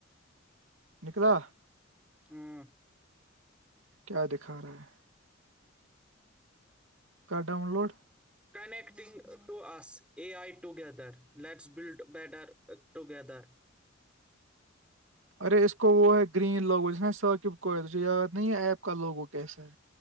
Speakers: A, on the right; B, in the centre.
A: نکتا
B: ہاں
A: کیا دکھا رہا ہے کر ڈاؤن لوڈ
B: کنیکٹنگ ٹو اسس A I together let's build better together
A: ارے اس کو وہ ہے گرین لوگو جس نا ثااکب کو ہے تجھے یاد نہیں ہے ایپ کا لوگو کیسا ہے